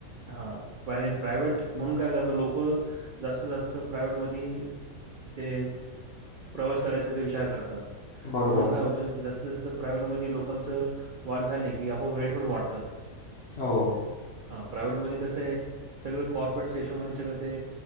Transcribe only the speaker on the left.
बरोबर
आहे
हो.